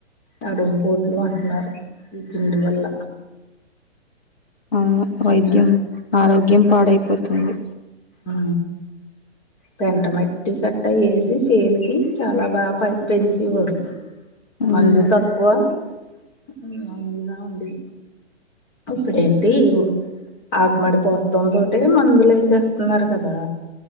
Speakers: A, on the left; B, on the left.
A: నడుమ్ పోట్లు అంటున్నార్ తిండి వల్ల
B: ఔను వైద్యం ఆరోగ్యం పాడైపోతుంది
A: ఆ తింటన టిఫన్ అట్ట ఏసి చేన్కి చాలా బాగా పం పెంచేవారు
B: ఉమ్,
A: మందు తక్కువ <inaudible> ఉండె ఇప్పుడేంటి ఉ ఆకుమడిపోత్తం తోటే మందుల్ ఏసేస్తున్నార్ కదా